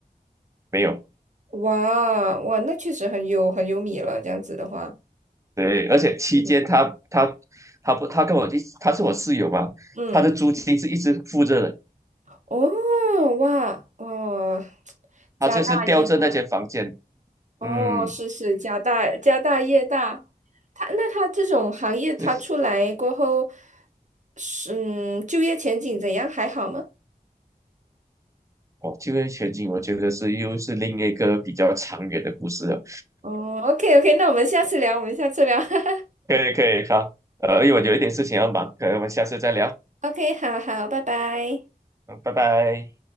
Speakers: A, on the right (about 20°); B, on the right (about 50°).
A: 没有，
B: 哇哇，那确实很有很有米了，这样子的话，
A: 对，而且期间他他
B: 嗯，
A: 他不他跟我一他是我室友嘛，
B: 嗯，
A: 他的租金是一直付着的，
B: 哦，哇哦，家大业大，
A: 他就是吊着那间房间，
B: 哦，
A: 嗯。
B: 是是家大家大业大，他那他这种行业他出来过后，
A: 对。
B: 是嗯，就业前景怎样？还好吗？
A: 哦，就业前景，我觉得是又是另一个比较长远的故事了。
B: 哦，OK OK，那我们下次聊，我们下次聊。<laughs>
A: 可以，可以，好，呃，因为我有一点事情要忙，可能我们下次再聊，
B: OK，好好，拜拜。
A: 嗯，拜拜。